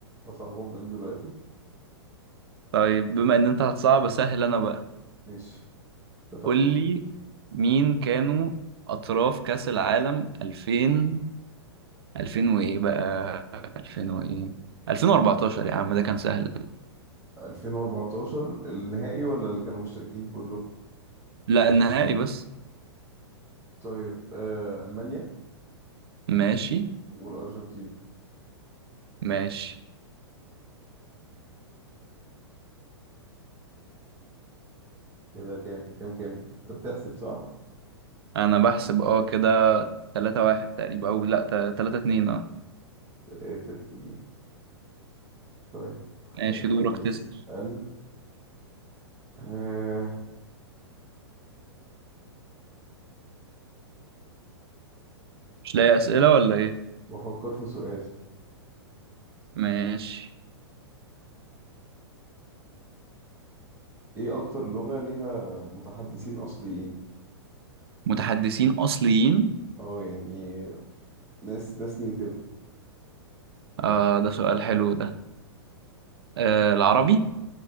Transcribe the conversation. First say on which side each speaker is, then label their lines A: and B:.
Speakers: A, on the right; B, on the right.
A: اصعبهم لك دلوقتي
B: طيب بما إن أنت هتصعب سهل أنا بقى
A: ماشي اتفقنا
B: قول لي مين كانوا أطراف كأس العالم 2000 2000 وإيه بقى 2000 وإيه 2014 يا عم ده كان سهل
A: 2014 النهائي ولا اللي كانوا مشتركين كله
B: لا النهائي بس
A: طيب آه المانيا
B: ماشي
A: والارجنتين
B: ماشي
A: كده كام كام كام انت بتحسب صح
B: أنا بحسب أه كده 3 1 تقريبا أو لا 3 2 أه
A: 3 2 طيب خلينا
B: ماشي دورك
A: نسأل
B: تسأل
A: آه
B: مش لاقي أسئلة ولا إيه
A: بفكر في سؤال
B: ماشي
A: ايه اكتر لغة ليها متحدثين اصليين
B: متحدثين أصليين
A: اه يعني ناس ناس نيتيف
B: آه ده سؤال حلو ده آه العربي